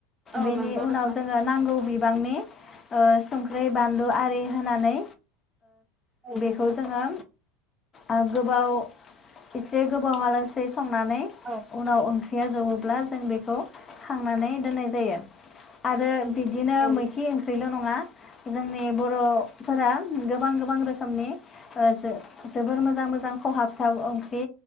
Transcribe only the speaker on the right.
औ
नंगौ
नोंथां
औ नं
औ
औ